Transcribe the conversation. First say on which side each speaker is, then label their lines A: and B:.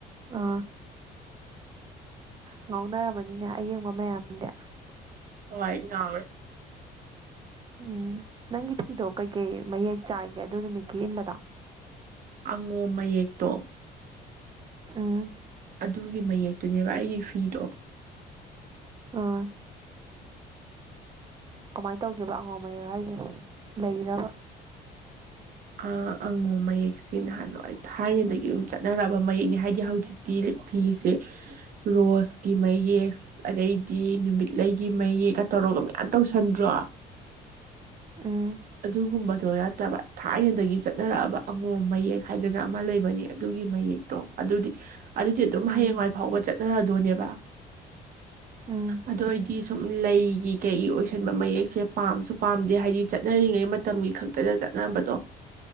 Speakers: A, on the right (about 30°); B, on the right (about 55°).
A: ꯑꯥ ꯉꯥꯎꯅꯔꯕꯅꯤꯅꯦ ꯑꯌꯦꯡꯕ ꯃꯌꯥꯝ ꯑꯗ
B: ꯍ ꯏ ꯉꯦ
A: ꯎꯝ ꯅꯪꯒꯤ ꯐꯤꯗꯣ ꯀꯩꯀꯩ ꯃꯌꯦꯛ ꯆꯥꯏꯒꯦ ꯑꯗꯨ ꯅꯨꯃꯤꯠꯀꯤ ꯏꯟꯕꯗ
B: ꯑꯉꯣꯝ ꯃꯌꯦꯛꯇꯣ
A: ꯑ
B: ꯑꯗꯨꯒꯤ ꯃꯌꯦꯛꯇꯨꯅꯦꯕ ꯑꯩꯒꯤ ꯐꯤꯗꯣ
A: ꯑꯥ ꯀꯃꯥꯏꯅ ꯇꯧꯒꯦꯕ ꯑꯉꯝ ꯃꯌꯦꯛ ꯍꯥꯏꯁꯦ ꯂꯩꯔꯕ
B: ꯑ ꯑꯉꯣ ꯃꯌꯦꯛꯁꯦ ꯅꯍꯥꯟꯋꯥꯏ ꯊꯥꯏꯅꯗꯒꯤ ꯑꯗꯨꯝ ꯆꯠꯅꯔꯛꯑꯕ ꯃꯌꯦꯛꯅꯦ ꯍꯥꯏꯗꯤ ꯍꯧꯖꯤꯛꯇꯤ ꯇꯤ ꯐꯤꯁꯦ ꯔꯣꯁꯀꯤ ꯃꯌꯦꯛ ꯑꯗꯩꯗꯤ ꯅꯨꯃꯤꯠꯂꯒꯤ ꯃꯌꯦꯛꯀ ꯇꯧꯔꯒ ꯃꯌꯥꯝ ꯇꯧꯁꯟꯗ꯭ꯔꯣ
A: ꯎ
B: ꯑꯗꯨꯒꯨꯝꯕꯗꯣ ꯌꯥꯗꯕ ꯊꯥꯏꯅꯗꯒꯤ ꯆꯠꯅꯔꯛꯑꯕ ꯑꯉꯣꯝ ꯃꯌꯦꯛ ꯍꯥꯏꯗꯅ ꯑꯃ ꯂꯩꯕꯅꯤ ꯑꯗꯨꯒꯤ ꯃꯌꯦꯛ ꯣ ꯑꯗꯨꯗꯤ ꯑꯗꯨꯗꯤ ꯑꯗꯨꯝ
A: ꯎꯝ
B: ꯍꯌꯦꯡꯋꯥꯏ ꯐꯥꯎꯕ ꯆꯠꯅꯔꯗꯣꯏꯅꯦꯕ
A: ꯎꯝ
B: ꯑꯗꯨꯗ ꯑꯣꯏꯗꯤ ꯁꯨꯝ ꯂꯩꯒꯤ ꯀꯩꯒꯤ ꯑꯣꯏꯁꯟꯕ ꯃꯌꯦꯛꯁꯦ ꯄꯥꯝꯁꯨ ꯄꯥꯝꯗꯦ ꯍꯥꯏꯗꯤ ꯆꯠꯅꯔꯤꯉꯩ ꯃꯇꯝꯒꯤ ꯈꯛꯇꯗ ꯆꯠꯅꯕꯗꯣ